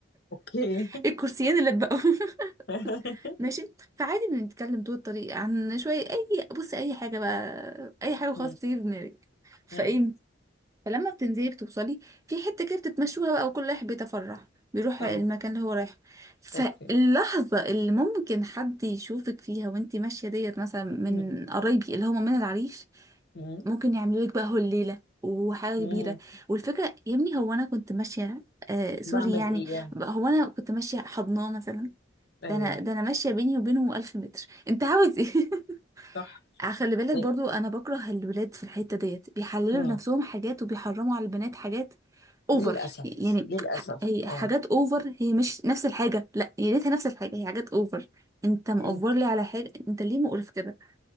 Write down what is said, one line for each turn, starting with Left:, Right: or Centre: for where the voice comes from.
Left: اوكي
Right: <laughs>
Left: <laughs>
Right: الكرسيين اللي بقوا <laughs>
Left: <laughs>
Right: ماشي فعادي بنتكلم طول الطريق عن شوية أي بص أي حاجة بقى أي حاجة خلاص
Left: مم.
Right: بتيجي في دماغك فإيه
Left: مم.
Right: فلما بتنزلي بتوصلي في حتة كده بتتمشوها بقى وكل واحد بيتفرح بيروح
Left: اه
Right: المكان اللي هو رايحه فاللحظة
Left: اوكي
Right: اللي ممكن حد يشوفك فيها وانتي ماشية ديت مثلا من
Left: مم.
Right: قرايبي اللي هما من العريش
Left: مم.
Right: ممكن يعملوا لك بقى هول ليله وحاجه
Left: مم.
Right: كبيره والفكره يا ابني هو انا كنت ماشيه آه سوري
Left: بعمل
Right: يعني
Left: ايه يعني
Right: هو انا كنت ماشيه حضناه مثلا
Left: ايوه
Right: ده انا ده انا ماشيه بيني وبينه 1000 متر <laughs> انت عاوز ايه
Left: صح
Right: <laughs> خلي بالك
Left: إيه.
Right: برضو انا بكره الولاد في الحته ديت بيحللوا
Left: مم.
Right: لنفسهم حاجات وبيحرموا على البنات حاجات اوفر
Left: للاسف
Right: يعني
Left: للاسف
Right: ح- هي
Left: اه
Right: حاجات اوفر هي مش نفس الحاجه لا هي ليتها نفس الحاجه هي حاجات اوفر انت مأوفر
Left: انت
Right: لي على حاجه انت ليه مقرف كده